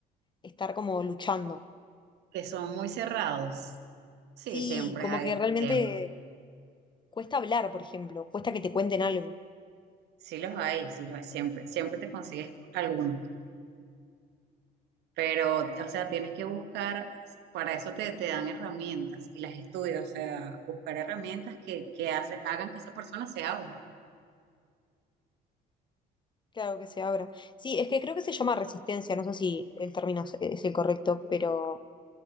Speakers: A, on the left; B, on the right.
A: estar como luchando.
B: Que son muy cerrados. Sí,
A: Sí,
B: siempre
A: como
B: hay,
A: que realmente
B: siempre.
A: Cuesta hablar, por ejemplo, cuesta que te cuenten algo.
B: Sí los hay, sí los hay, siempre, siempre te consigues alguno. Pero, o sea, tienes que buscar, para eso te, te dan herramientas y las estudias, o sea, buscar herramientas que, que hace- hagan que esa persona sea útil.
A: Claro que se abra. Sí, es que creo que se llama resistencia, no sé si el término es es el correcto, pero